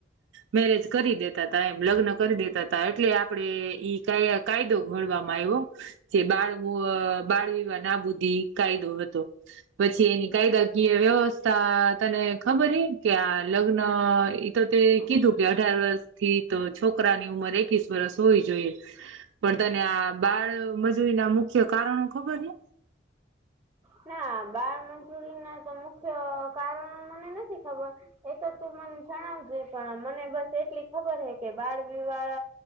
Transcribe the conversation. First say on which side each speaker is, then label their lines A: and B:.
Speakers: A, on the right; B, on the right.
A: મેરેજ કરી દેતા તા એમ લગ્ન કરી દેતા ત એટલે આપડે ઈ કયા કાયદો ઘણવામાં આવ્યો જે બાળ બાળ વિવાહ નાબુદીી કાયદો હતો. પછી એની કાયદાકીય વ્યવસ્થા તને ખબર એ કે આ લગ્ન એ તો તે કીધું કે અઢાર વર્ષ થી તો છોકરાની ઉંમર એકી વરસ હોવી જોઈએ પણ તને આ બાળમજૂરી ના મુખ્ય કારણો ખબર ને <inaudible>
B: ના બાળ મંજૂરી ના તો મુખ્ય કારણ મને નથી ખબર એ તો તું મને જણાવજે પણ મને બસ એટલી ખબર હે કે બાળ વિિવાળ